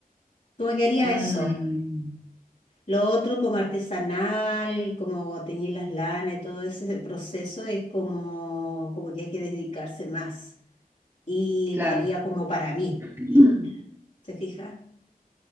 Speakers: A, on the left (about 50°); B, on the right (about 20°).
A: ¿Cómo que haría
B: Mm,
A: eso? Lo otro como artesanal, como teñir las lanas y todo ese proceso es como, como que hay que dedicarse más. Y
B: claro.
A: lo haría como para mí,
B: <clears throat>
A: ¿te fijas?